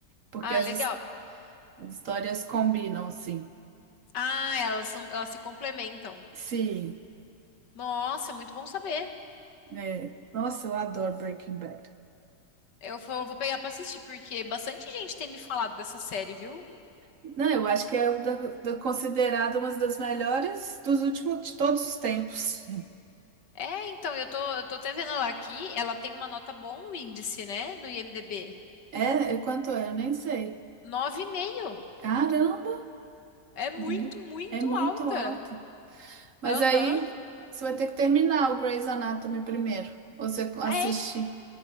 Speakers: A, on the right; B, on the left.
A: porque
B: Ah,
A: as,
B: legal.
A: his- as histórias combinam, sim.
B: Ah, elas são, elas se complementam.
A: Sim.
B: Nossa, é muito bom saber.
A: É, Nossa, eu adoro Breaking Bad.
B: Eu vou, vou pegar pra assistir, porque bastante gente tem me falado dessa série, viu?
A: Não, eu acho que é o da, da- considerado uma das melhores dos últimos de todos os tempos.
B: É, então, eu tô, eu tô até vendo ela aqui. Ela tem uma nota boa no índice, né? No IMDb.
A: É, é quanto é? Eu nem sei.
B: nove e meio.
A: Caramba,
B: É muito,
A: nu-
B: muito
A: é muito
B: alta.
A: alta. Mas
B: Aham.
A: aí você vai ter que terminar o Grey's Anatomy primeiro. Ou você assiste.
B: Ah, é,